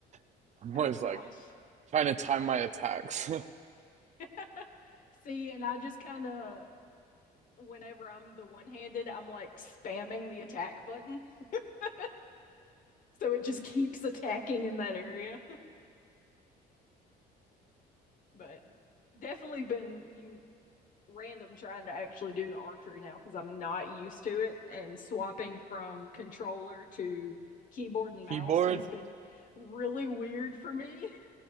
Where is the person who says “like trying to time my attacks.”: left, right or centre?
Right